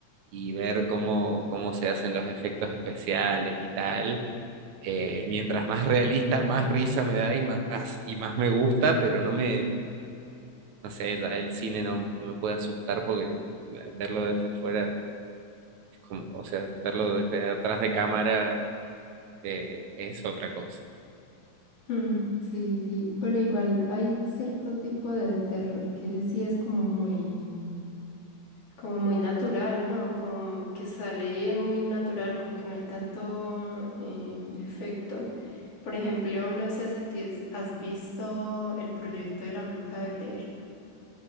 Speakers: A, on the right; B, on the left.
A: y ver cómo, cómo se hacen los efectos especiales y tal, eh, mientras más realista, más risa me da y más, y más me gusta, pero no me, no sé, ya el cine no, no me puede asustar porque verlo desde afuera como, o sea, verlo desde atrás de cámara eh, es otra cosa.
B: Mm, sí, sí, pero igual hay cierto tipo de terror que sí es como muy, como muy natural, ¿no? Como que sale muy natural, como que no hay tanto em, efecto. Por ejemplo, no sé si te has has visto el proyecto de la Bruja de Blair.